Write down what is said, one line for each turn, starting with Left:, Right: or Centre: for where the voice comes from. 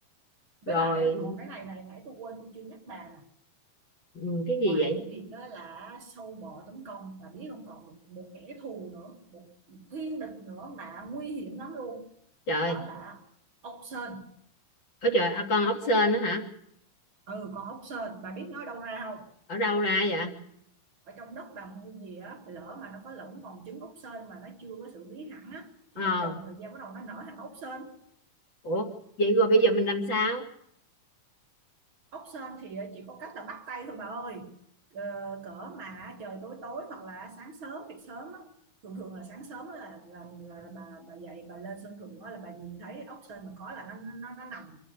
Right: với
Left: rồi
Right: lại á, còn cái này này nãy tôi quên tôi chưa nhắc bà nè
Left: ừ, cái
Right: ngoài
Left: gì vậy
Right: cái việc đó là sâu bọ tấn công bà biết không còn một, một kẻ thù nữa một thiên địch nữa mà nguy hiểm lắm luôn
Left: Trời,
Right: đó là ốc sên
Left: ở trời, à, con ốc sên đó hả?
Right: ừ con ốc sên bà biết nó đâu ra không
Left: Ở đâu ra vậy?
Right: ở trong đất bà mua gì á lỡ mà nó có lẫn còn trứng ốc sên mà nó chưa có xử lý hẳn á thì
Left: Ờ,
Right: bà trồng thời gian bắt đầu nó nở thành ốc sên
Left: ủa, vậy rồi bây giờ mình làm sao?
Right: ốc sên thì ờ, chỉ có cách là bắt tay thôi bà ơi Ờ, cỡ mà trời tối tối hoặc là sáng sớm việc sớm á thường thường là sáng sớm á là là, là bà bà dậy bà lên sân thượng á là bà nhìn thấy ốc sên mà có là nó nó nó nằm